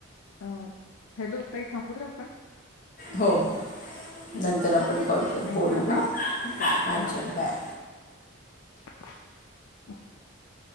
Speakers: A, on the left; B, on the left.
A: अ हॅलो काही थांबूया आपण.
B: हो हो.
A: हॅलो
B: नंतर आपण
A: हां,
B: कॉल करू
A: थँक
B: बोलू
A: यू हां ताई.
B: हा
A: चालेल
B: अच्छा
A: हां.
B: बाय.
A: <inaudible>